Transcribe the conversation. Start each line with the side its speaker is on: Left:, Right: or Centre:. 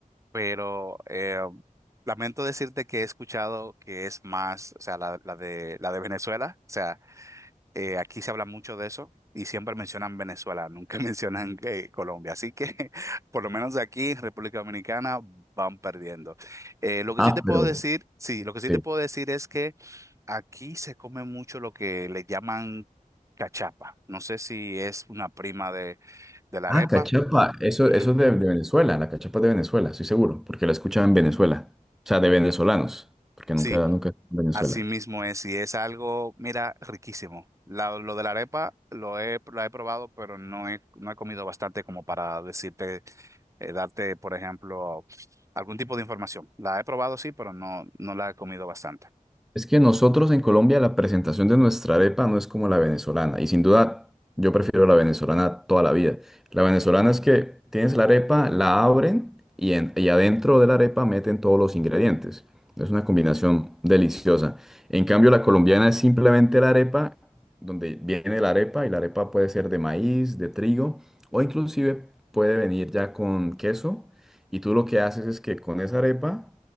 Right: pero eh, lamento decirte que he escuchado que es más, o sea, la, la de, la de Venezuela, o sea, eh, aquí se habla mucho de eso y siempre mencionan Venezuela, nunca <laughs> mencionan eh, Colombia, así que <laughs> por lo menos de aquí, República Dominicana, van perdiendo. Eh, lo que
Centre: Ah,
Right: sí te puedo
Centre: pero
Right: decir, sí, lo que sí
Centre: sí.
Right: te puedo decir es que aquí se come mucho lo que le llaman cachapa, no sé si es una prima de, de la
Centre: Ah,
Right: arepa.
Centre: cachapa. Eso,
Right: Ujú.
Centre: eso es de, de Venezuela. La cachapa es de Venezuela, estoy seguro, porque la escuchaba en Venezuela. O sea, de venezolanos, porque
Right: Sí,
Centre: nunca, nunca en Venezuela.
Right: Así mismo es, y es algo, mira, riquísimo. La- lo de la arepa lo he, la he probado, pero no he, no he comido bastante como para decirte, eh, darte, por ejemplo, algún tipo de información. La he probado, sí, pero no, no la he comido bastante.
Centre: Es que nosotros en Colombia la presentación de nuestra arepa no es como la venezolana y sin duda yo prefiero la venezolana toda la vida. La venezolana es que tienes la arepa, la abren y, en- y adentro de la arepa meten todos los ingredientes. Es una combinación deliciosa. En cambio la colombiana es simplemente la arepa, donde viene la arepa y la arepa puede ser de maíz, de trigo o inclusive puede venir ya con queso y tú lo que haces es que con esa arepa